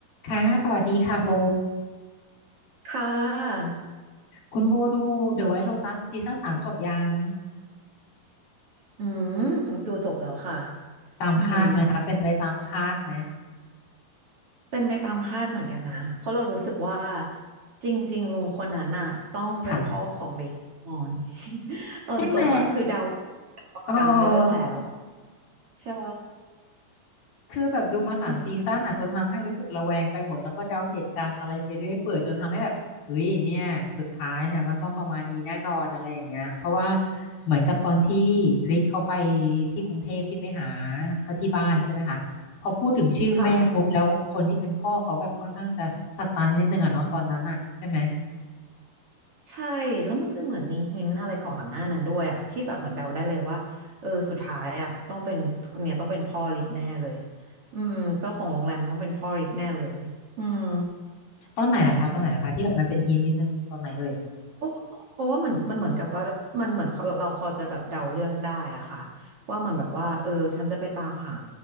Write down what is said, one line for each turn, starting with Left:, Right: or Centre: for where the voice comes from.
Left: ค่ะสวัสดีค่ะโบ
Right: ค่ะ
Left: คุณโบดู The White Lotus ซีซั่นสามจบยัง
Right: อืมดูจบแล้วค่ะ
Left: ตามคาดไหมคะเป็นไปตามคาดไหม
Right: อืมเป็นไปตามคาดเหมือนกันนะเพราะเรารู้สึกว่าจริงๆลุงคนนั้นน่ะต้องเป็นพ่อของเล็กแนนอน
Left: ค่ะ
Right: <laughs> ตอนจบอะคือเดา
Left: ใช่ไหม
Right: ตอนกลางเรื่องแล้ว
Left: เออ
Right: ใช่
Left: คือแบบดูมาสามซีซั่นอ่ะจนทำให้รู้สึกระแวงไปหมดแล้วก็เดาเหตุการณ์อะไรไปเรื่อยเปื่อยจนทำให้แบบเฮ้ยเนี่ยสุดท้ายเนี่ยมันต้องประมาณนี้แน่นอนอะไรอย่างเงี้ยเพราะว่า
Right: อืม
Left: เหมือนกับตอนที่ริกเขาไปที่กรุงเทพที่ไปหาเขาที่บ้านใช่ไหมคะพอพูดถึงชื่อแม่ปุ๊บแล้วคนที่เป็นพ่อเขาแบบค่อนข้างจะสตันนิดนึงอะเนาะตอนนั้นอะใช่ไหม
Right: ค่ะ ใช่แล้วมันจะเหมือนมีหินอะไรก่อนหน้านั้นด้วยอะที่แบบเหมือนเดาได้เลยว่าเออสุดท้ายอะต้องเป็นคนเนี่ยต้องเป็นพ่อเล็กแน่เลยอืมเจ้าของโรงแรมต้องเป็นพ่อเล็กแน่เลยอืม
Left: ตอนไหนล่ะคะตอนไหนล่ะคะที่แบบมันเป็นฮินนิดนึงตอนไหนเอ่ย
Right: เพราะเพราะว่ามันมันเหมือนกับว่ามันเหมือนพอเราพอจะแบบเดาเรื่องได้อะค่ะว่ามันแบบว่าเออฉันจะไปตามหา